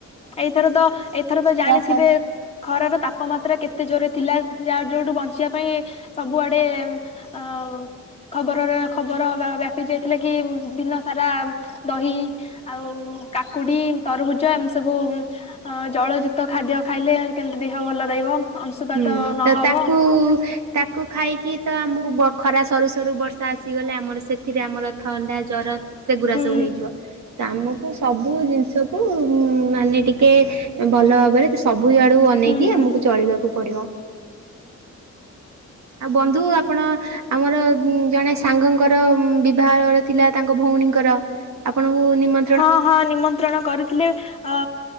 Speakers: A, on the left (about 20°); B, on the right (about 70°).
A: ଏଇଥର ତ ଏଇଥର ତ ଜାଣିଥିବେ
B: ସରୁ
A: ଖରାର ତାପମାତ୍ରା କେତେ ଜୋରରେ ଥିଲା ଯା ଯୋଉଠୁ ବଞ୍ଚିବା ପାଇଁ ସବୁଆଡେ ଆଁ ଖବରରେ ଖବର ବା ବ୍ୟାପି ଯାଇଥିଲା କି ଦିନ ସାରା ଦହି ଆଉ କାକୁଡି ତରଭୁଜ ଏମିତି ସବୁ ଅ ଜଳ ଯୁକ୍ତ ଖାଦ୍ୟ ଖାଇଲେ କେମିତି ଦେହ ଭଲ ରହିବ। ଅଂଶୁପାତ
B: ହୁଁ
A: ନହବ
B: ତ ତାକୁ ତାକୁ ଖାଇକି ତ ଆମକୁ ବ ଖରା ସରୁ ସରୁ ବର୍ଷା ଆସିଗଲେ ଆମର ସେ ସେଥିରେ ଆମର ଥଣ୍ଡା ଜର ସେଗୁଡା
A: ହୁଁ
B: ସବୁ ହେଇଯିବ। ତ ଆମକୁ ସବୁ ଜିନିଷକୁ ମାନେ ଟିକେ ଭଲ ଭାବରେ ସବୁଆଡୁ ଅନେଇକି
A: ହୁଁ।
B: ଆମକୁ ଚଳିବାକୁ ପଡିବ। ଆଉ ବନ୍ଧୁ ଆପଣ ଆମର ଜଣେ ସାଙ୍ଗଙ୍କର ବିଭାଘର ଥିଲା ତାଙ୍କ ଭଉଣୀଙ୍କର। ଆପଣଙ୍କୁ ନିମନ୍ତ
A: ହଁ ହଁ ନିମନ୍ତ୍ରଣ କରିଥିଲେ ଅ